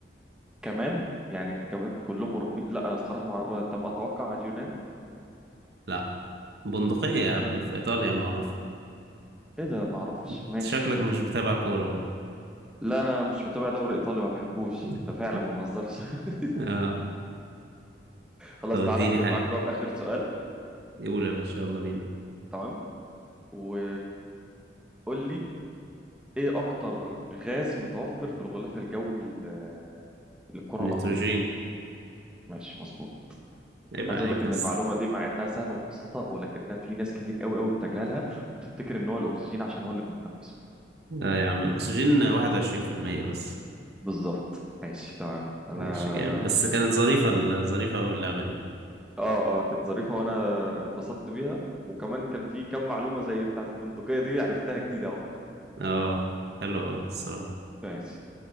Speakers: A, in the centre; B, on the right.
A: كمان يعني كمان كلهم اوروبي لا الصراحه ما أعرف- طب اتوقع اليونان
B: لا بندقية يا عم
A: فين
B: في ايطاليا معروف
A: ايه ده ما اعرفش
B: انت
A: ماشي
B: شكلك مش بتابع كورة بقى
A: لا انا مش متابع دوري ايطالي ما بحبوش
B: <laughs>
A: ده فعلا ما بهزرش <laughs>
B: آه.
A: خلاص
B: طب
A: تعالى
B: اديني
A: اختم
B: حاجة
A: معاك بقى باخر سؤال
B: يقول يا باشا يلا بينا
A: تمام و قول لي ايه اكتر غاز متوفر في الغلاف الجوي ل- للكرة
B: النيتروجين
A: الأرضية ماشي مظبوط
B: عيب
A: عايز
B: عليك
A: اقول لك ان
B: يا اسطى
A: المعلومه دي مع انها سهله ومبسطه ولكنها في ناس كتير قوي قوي بتجهلها وبتفتكر ان هو الاكسجين عشان هو اللي بنتنفسه
B: لا يا عم الاكسجين 21% بس
A: بالظبط ماشي تمام انا
B: ماشي جامد بس كانت ظريفة
A: حب...
B: ال- ظريفة أوي اللعبة دي
A: اه اه كانت ظريفه وانا اتبسطت بيها وكمان كان في كم معلومه زي بتاعه البندقيه دي عرفتها جديده اهو
B: اه حلوة أوي الصراحة
A: ماشي